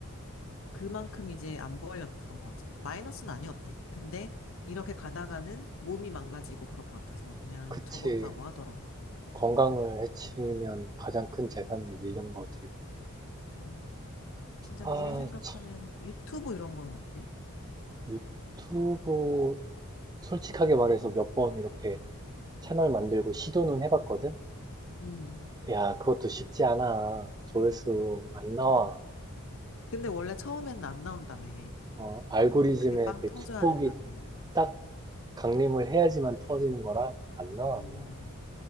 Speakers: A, on the left; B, on the right.
A: 그만큼 이제 안 벌렸던 거지. 마이너스는 아니었대. 근데 이렇게 가다가는 몸이 망가지고 그럴 것 같아서 그냥
B: 그치.
A: 접었다고 하더라고.
B: 건강을 해치면 가장 큰 재산을 잃는 거지.
A: 어. 진짜
B: 아,
A: 미래 생각하면
B: 참,
A: 유튜브 이런 거는 어때?
B: 유튜브 솔직하게 말해서 몇 번 이렇게 채널 만들고 시도는 해봤거든?
A: 음,
B: 야, 그것도 쉽지 않아. 조회수 안 나와.
A: 근데 원래 처음에는 안 나온다며.
B: 어, 알고리즘의
A: 그게 빵
B: 그
A: 터져야
B: 축복이
A: 된다며.
B: 딱 강림을 해야지만 터지는 거라 안 나와,
A: 음,
B: 안 나와.